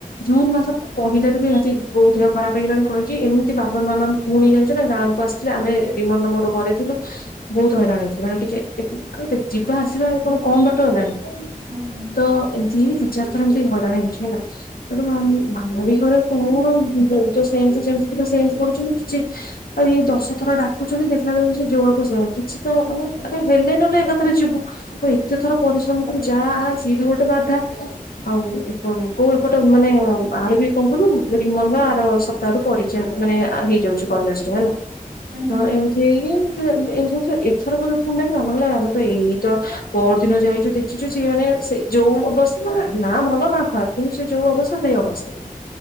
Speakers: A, on the left; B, on the right.
A: ଜୁନ୍ ମାସ ପହିଲାରୁ ବି ଏମିତି ବୋହୁ ଦେହ ଖରାପ ହେଇଗଲାଣି କହିକି କି ଏମିତି ବାବା ମାମା ମ୍ ପୁଣି ଜାଣିଛ ନା ଗାଁକୁ ଆସିଥିଲେ ଆମେ ଡିମନ ମୋର ଘରେ ଥିଲୁ ବହୁତ ହଇରାଣ ହେଇଥିଲି ମାନେ ଟିକେ ଯିବା ଆସିବା କଣ କମ ବାଟ ହେଲାଣି।
B: ହୁଁ ହୁଁ।
A: ତ ଏମତି ହିଁ। ଦିଚାରଥର ଏମିତି ହଇରାଣ ହେଇଛି ହେଲା ତେଣୁ ମାମା ବି ଘରେ କଣ ବହୁ ତ ସେମିତି ଯେମତି ସେମତି କରୁଛନ୍ତି କିଛି ଆଉ ଇଏ ଦଶ ଥର ଡାକୁଛନ୍ତି ଦେଖିଲା ବେଳେ କୁ ସେ ଯୋଆକୁ ସେୟା କିଛି ତ ମାନେ ହେଲେ ନହେଲେ ଏକାଥରେ ଯିବୁ ଆଉ ଏତେ ଥର ପରିଶ୍ରମ କରି ଯା ଆ ସିଏ ବି ଗୋଟେ ବାଧା ଆଉ ଏ କୋଉ ଏପଟ ମାନେ ଆର ବି କଣ କହିଲୁ ମନ ଆର ସପତାହରୁ ପରୀକ୍ଷା ମାନେ ହେଇଯାଉଛି କଲେଜ ରେ ହେଲା।
B: ହଁ
A: ତ ଏମିତି ହେଇକି ସେ ଏମତି ହଉ ଏଥର ତ ପୁଣି ଡାକିଲା ମାମା କହିଲା ଆମେ ତ ଏଇ ତ ପରଦିନ ଯାଇଇଛୁ ଦେଖିଛୁ ସେ ମାନେ ସେ ଯୋଉ ଅବସ୍ଥା ନା ଭଲ ନା ଖରାପ କିନ୍ତୁ ସେ ଯୋଉ ଅବସ୍ଥା ସେଇ ଅବସ୍ଥାରେ